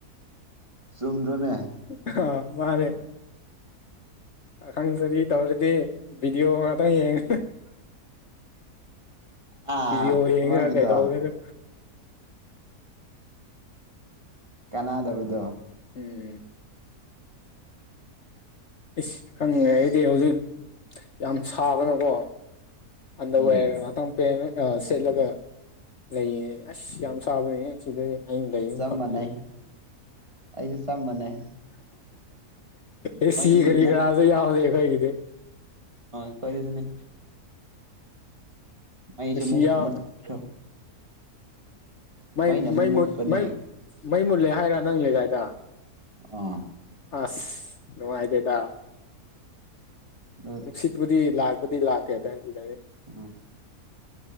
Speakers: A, on the right (about 20°); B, on the left (about 55°).
A: ꯆꯨꯝꯗ꯭ꯔꯣꯅꯦ
B: ꯑꯍꯥ ꯃꯥꯅꯦ ꯄꯥꯈꯪ ꯁꯥꯔꯤ ꯇꯧꯔꯥꯗꯤ ꯚꯤꯗꯤꯑꯣ ꯉꯥꯛꯇꯪ ꯌꯦꯡ
A: ꯑꯥ
B: ꯚꯤꯗꯤꯌꯣ ꯌꯦꯡꯉꯒ
A: ꯑꯃꯒꯤꯗꯣ
B: ꯀꯩꯗꯧꯔꯥꯒ
A: ꯀꯅꯥꯗꯕꯗꯣ
B: ꯎꯝ ꯏꯁ ꯈꯪꯉꯦ
A: ꯑꯁ
B: ꯑꯩꯗꯤ ꯍꯧꯖꯤꯛ ꯌꯥꯝ ꯁꯥꯕꯅꯀꯣ ꯑꯟꯗꯔ
A: ꯎꯝ
B: ꯋꯦꯔꯒ ꯉꯥꯇꯪ <unintelligible> ꯑꯥ ꯁꯦꯠꯂꯒ ꯂꯩꯌꯦ ꯑꯁ ꯌꯥꯝ ꯁꯥꯕꯅꯦꯍꯦ ꯁꯤꯗꯥꯗꯤ ꯑꯩꯅ ꯂꯩꯔꯤ
A: ꯆꯞ
B: ꯃꯐꯝꯖꯤꯌꯥꯔ
A: ꯃꯥꯟꯅꯩ ꯑꯩꯁꯨ ꯆꯞ ꯃꯥꯟꯅꯩ
B: ꯑꯦꯁꯤ
A: ꯃꯩ
B: ꯀꯔꯤ ꯀꯔꯥꯁꯨ ꯌꯥꯎꯗꯦ ꯑꯩꯈꯣꯏꯒꯤꯗꯤ
A: ꯑꯥ ꯑꯈꯣꯏꯗꯁꯨꯅꯤ ꯃꯩꯁꯦ
B: ꯑꯦꯁꯤ
A: ꯃꯨꯛ
B: ꯌꯥꯎ
A: ꯃꯨꯠꯈ꯭ꯔꯥ
B: ꯃꯩ
A: ꯃꯩꯅ ꯑꯃꯨꯛ
B: ꯃꯩꯃꯨꯠ
A: ꯃꯨꯠꯄꯅꯦ
B: ꯃꯩ ꯃꯩ ꯃꯨꯜꯂꯦ ꯍꯥꯏꯔꯥ ꯅꯪꯒꯤꯒꯥꯏꯗꯥ
A: ꯑꯥ
B: ꯑꯁ ꯅꯨꯡꯉꯥꯏꯗꯦꯗ
A: ꯑꯗꯨ
B: ꯅꯨꯡꯁꯤꯠꯄꯨꯗꯤ ꯂꯥꯛꯄꯨꯗꯤ ꯂꯥꯛꯀꯦ ꯑꯗꯥꯏꯗꯤ ꯗꯥꯏꯔꯦꯛ
A: ꯎꯝ